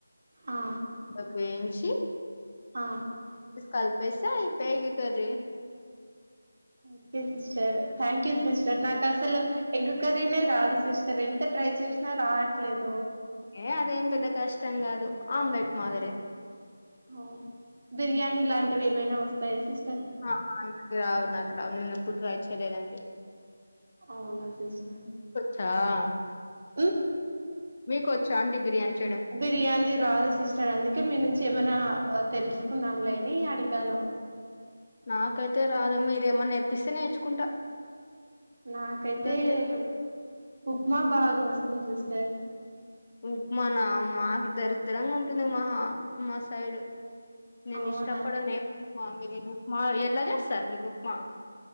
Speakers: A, on the right (about 45°); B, on the left (about 35°).
A: ఆ
B: <inaudible> కు వేయించి
A: ఆ
B: కల్పేస్తే అయిపోయ్ egg curry
A: okay sister thank you sister నాకస్ అసలు ఎగ్గకరీనే రాదు సిస్టర్ ఎంత ట్రై చేసినా రావట్లేదు
B: ఏ అదేం పెద్ద కష్టం కాదు ఆమ్లెట్ మాదిరి
A: అవును బిర్యానీ లాంటివి ఏమైనా వస్తాయ సిస్
B: నా నాకు రావు నాకు రావు నేను ఎప్పుడు ట్రై చేయ్ తెలియదండి
A: అవునా సిస్టర్
B: ఆ
A: మ్మ్
B: మీకు వచ్చా ఆంటీ బిర్యానీ చు
A: బిర్యానీ రాదు సిస్టర్ అందుకే మీ నుంచి ఏమైనా ఆ తెలుసుకుందాంలే అని అడిగాను
B: నాకైతే రాదు మీరేమన్నా నేర్పిస్తే నేర్చుకుంటా
A: నాకైతే
B: గంతే
A: ఉ ఉప్మా బాగా వస్తంది సిస్టర్
B: ఉప్మా నా మాకి దరిద్రంగా ఉంటుంది మా మా సైడు నేను
A: అవునా
B: ఇష్టపడనే మా మీరు ఈ ఉప్మా ఎలా చేస్తారు మీరు ఉప్మా